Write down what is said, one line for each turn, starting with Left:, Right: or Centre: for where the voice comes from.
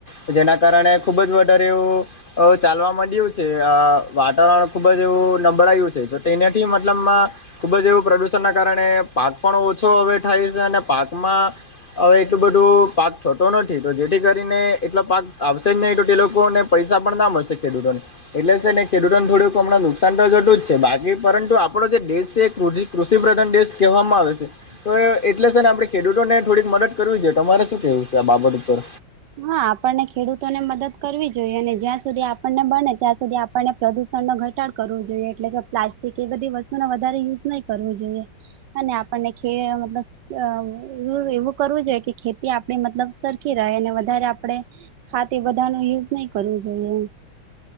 Left: છે જેના કારણે ખૂબ જ વધારે એવું અ ચાલવા માંડ્યું છે, વાતાવરણ ખુબ જ એવું નબળાયું છે તો તેને એ મતલબમાં ખુબ જ એવું પ્રદુષણના કારણે પાક પણ ઓછો હવે થાય છે, અને પાકમાં હવે એટલું બધું પાક થતો નથી તો જેથી કરીને એટલો પાક આવશે જ નહી તો તે લોકોને-' પૈસા પણ ના મળશે ખેડૂતોને એટલે છે, ને ખેડૂતોને થોડુંક હમણાં નુકસાન તો થતું જ છે, બાકી પરંતુ આપડો જે દેશ છે એ કૃષિ પ્રધાન દેશ કહેવામાં આવે છે. તો એટલે સેને આપણે ખેડૂતોને થોડીક મદદ કરવી જોઈ તમારે શું કેવું છે આ બાબત ઉપર.
Right: હા આપણને ખેડૂતોને મદદ કરવી જોઈએ અને જ્યાં સુધી આપણને બને ત્યાં સુધી આપ આપણ ને પ્રદુષણનો ઘટાડ કરવો જોઈએ એટલે કે પ્લાસ્ટિક એ બધી વસ્તુનો વધારે યુઝ નહી કરવું જોઈએ. અને આપણને ખે મતલબ અ એ એવું કરવું જોઈએ કે ખેતી આપે મતલબ સરખી રહે અને વધારે આપણે ખાતે બધા નુ યુઝ નહી કરવું જોઈએ એમ.